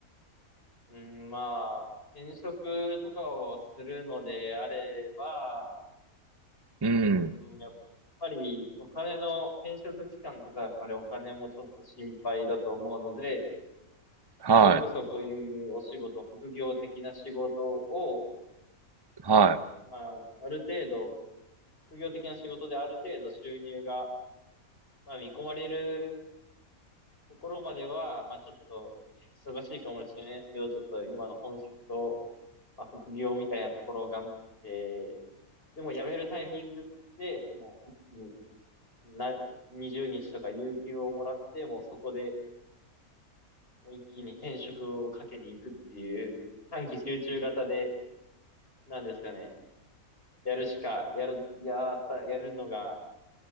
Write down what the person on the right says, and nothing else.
うん、
は
い、は